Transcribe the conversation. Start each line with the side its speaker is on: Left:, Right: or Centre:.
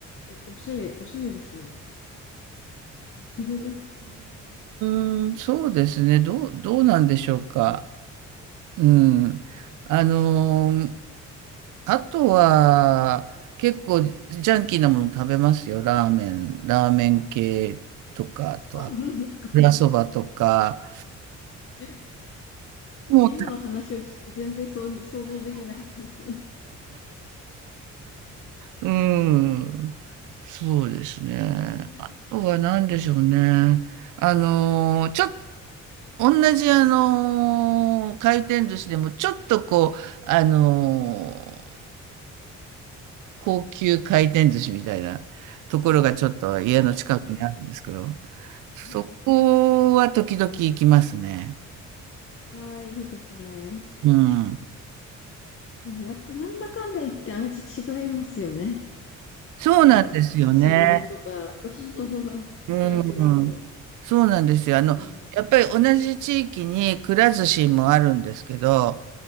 Left: お、おしゃれ、おしゃれですね。<laughs>
Right: うん、そうですね。どう、どうなんでしょうか。うん。あのーあとは、結構ジャンキーなもの食べますよ。ラーメン、ラーメン系とか、あとは、
Left: そうなんですか。
Right: 油そばとか。
Left: <laughs> え
Right: もう
Left: 今の話を聞くと全然そう想像できないですね。
Right: うん。そうですね。
Left: うーん。
Right: あとは何でしょうね。あのーちょっと、同じあのー回転寿司でも、ちょっとこう、あのー高級回転寿司みたいなところがちょっと家の近くにあるんですけど、
Left: 三崎港とかですかはい。
Right: そこは時々行きますね。
Left: ああ、いいですね。
Right: うん。
Left: でもやっぱなんだかんだ言って味違いますよね。
Right: そうなんですよね。
Left: あの、スシローとか、<laughs>
Right: うん、
Left: 比べると。
Right: そうなんですよ。あの、
Left: うん。
Right: やっぱり同じ地域にくら寿司もあるんですけど、